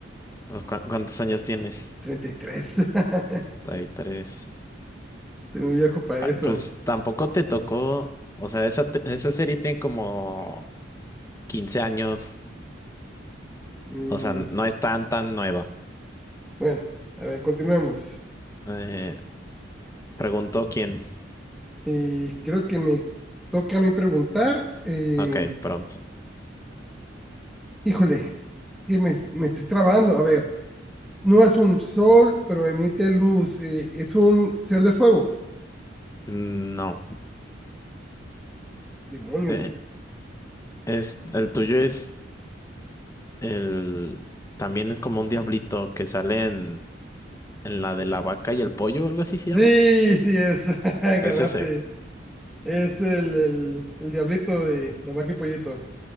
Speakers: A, on the left; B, in the centre.
A: Pues, ¿cu- ¿Cuántos años tienes?
B: 33, <laughs>
A: 33.
B: estoy muy viejo para
A: Ah,
B: eso.
A: Pues tampoco te tocó, o sea, esa, te- esa serie tiene como 15 años,
B: Mm.
A: o sea, no es tan, tan nueva.
B: Bueno, a ver, continuamos.
A: Eh, preguntó quién.
B: Eh, creo que me toca a mí preguntar. eh,
A: Ok, pronto.
B: híjole, es que me, me estoy trabando. A ver, no es un sol, pero emite luz. eh, es un ser de fuego.
A: No.
B: Demonios.
A: Eh, es, el tuyo es El, también es como un diablito que sale en, en la de la vaca y el pollo, algo así se
B: Sí,
A: llama.
B: sí es. <laughs> Ganaste.
A: Es ese.
B: Es el, el, el diablito de la vaca y pollito.